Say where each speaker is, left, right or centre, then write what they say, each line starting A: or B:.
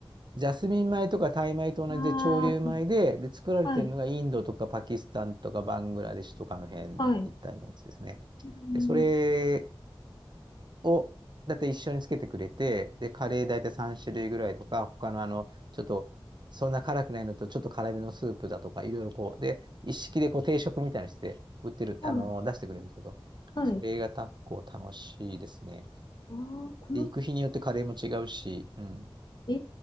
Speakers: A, on the right; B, on the left.
A: ジャスミン米とかタイ米と同じで潮流米で、
B: ああ
A: で、作られてるのがインドとかパキスタンとかバングラデシュとかの辺一帯のやつですね。
B: はい、はい。うん、
A: で、それをだいたい一緒につけてくれて、で、カレーだいたい3種類ぐらいとか、他のあの、ちょっと、そんな辛くないのと、ちょっと辛めのスープだとか、いろいろこう、で、一式でこう定食みたいにして売ってる、
B: はい、
A: あの、出してくれるんですけど、
B: はい。
A: それが結構楽しいですね。
B: ああ、この、
A: で、行く日によってカレーも違うし、うん。
B: え